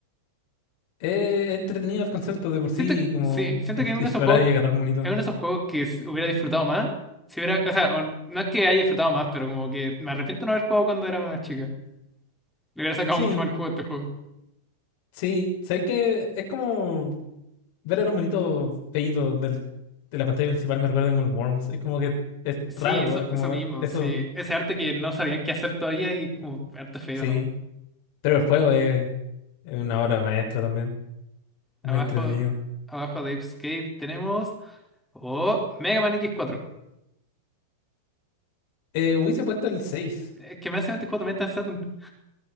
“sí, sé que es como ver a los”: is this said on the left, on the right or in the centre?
Left